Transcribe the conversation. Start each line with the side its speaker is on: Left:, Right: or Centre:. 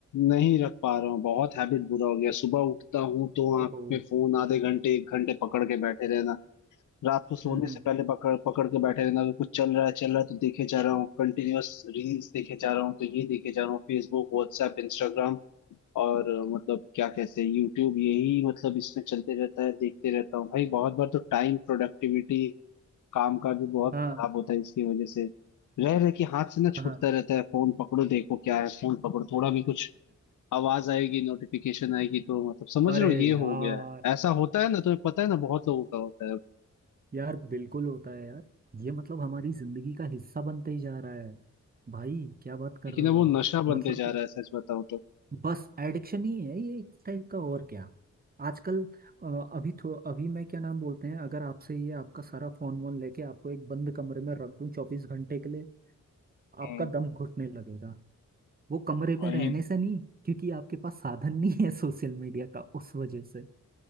Left: नहीं रख पा रहा हूँ बहुत हैबिट बुरा हो गया सुबह उठता हूँ तो
Right: ओहो
Left: आंख में फोन आधे घंटे एक घंटे पकड़ के बैठे रहना रात को सोने
Right: हम्म हम्म
Left: से पहले पकड़ पकड़ के बैठे रहना अगर कुछ चल रहा है चल रहा है तो देखे जा रहा हूँ कंटिन्यूअस रील्स देखे जा रहा हूँ तो ये देखे जा रहा हूँ फेसबुक व्हाट्सएप इंस्टाग्राम और अ, मतलब क्या कहते हैं यूट्यूब यही मतलब इसमें चलते रहता है देखते रहता हूँ भाई बहुत बार तो टाइम प्रोडक्टिविटी काम का भी बहुत
Right: हाँ
Left: खराब होता है इसकी वजह से रह रहे कि हाथ से ना
Right: हाँ
Left: छूटता
Right: हाँ।
Left: रहता है फोन पकड़ो देखो क्या है फोन पकड़ो थोड़ा भी कुछ आवाज आएगी नोटिफिकेशन आएगी तो मतलब समझ
Right: <laughs> अरे
Left: रहे हो ये
Right: यार
Left: हो गया है ऐसा होता है ना तुम्हें पता है ना बहुत लोगों का होता है
Right: यार बिल्कुल होता है यार ये मतलब हमारी जिंदगी का हिस्सा बनते ही जा रहा है भाई क्या बात कर
Left: लेकिन
Right: रहे हो
Left: अब वो
Right: आप
Left: नशा बनते
Right: मतलब
Left: जा रहा है सच बताओ तो
Right: बस एडिक्शन ही है ये एक टाइप का और क्या आजकल अ, अभी थो अभी मैं क्या नाम बोलते हैं अगर आपसे ये आपका सारा फोन वोन लेके आपको एक बंद कमरे में रख दूं चौबीस घंटे के लिए
Left: हम्म
Right: आपका दम घुटने लगेगा वो कमरे में
Left: वही
Right: रहने से नहीं क्योंकि आपके पास साधन नहीं है सोशल मीडिया का उस वजह से